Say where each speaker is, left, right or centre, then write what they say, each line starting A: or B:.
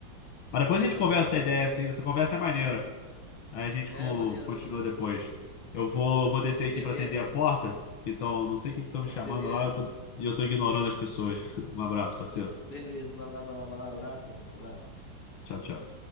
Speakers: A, on the left (about 80°); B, on the left (about 55°).
A: Mas depois a
B: não,
A: gente conversa
B: é,
A: essa ideia, essa essa conversa é maneira. Aí a gente
B: é
A: co-
B: maneiro,
A: continua
B: maneiro.
A: depois. Eu vou, vou descer aqui
B: Beleza,
A: pra atender a
B: meu
A: porta,
B: amigo.
A: que tão, não sei o que estão me chamando
B: Beleza.
A: lá, eu tô, e eu tô ignorando as pessoas. <laughs> Um abraço, parceiro.
B: Beleza. Vai lá, vai lá, vai lá. Abraço, meu irmão. Abraço.
A: Tchau, tchau.